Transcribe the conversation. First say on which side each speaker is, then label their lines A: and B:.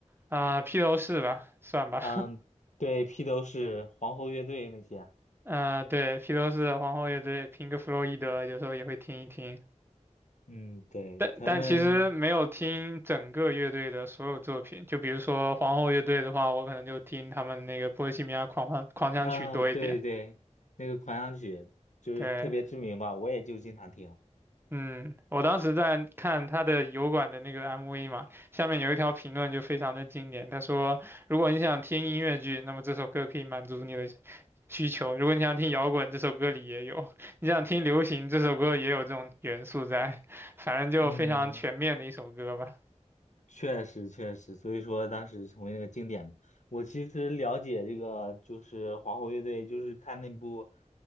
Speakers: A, on the right; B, on the left.
A: 啊、披头士吧，算吧，
B: 嗯，对，披头士、皇后乐队那些啊。
A: <laughs> 啊，对，披头士、皇后乐队、平克·弗洛伊德，有时候也会听一听。
B: 嗯，对，
A: 但但其实没有听整个乐队的所有作品，
B: 他们
A: 就比如说皇后乐队的话，我可能就听他们那个《波西米亚狂欢狂想曲》多一点。
B: 啊，对对，那个狂想曲就是特别知名吧，
A: 对，
B: 我也就经常听。
A: 嗯，我当时在看他的油管的那个 MV 嘛，下面有一条评论就非常的经典，他说：如果你想听音乐剧，那么这首歌可以满足你的需求；如果你想听摇滚，这首歌里也有；你想听流行，这首歌也有这种元素在。反正就非常全面的一首歌吧。
B: 嗯。确实确实，所以说当时成为那个经典嘛我其实了解这个就是皇后乐队，就是看那部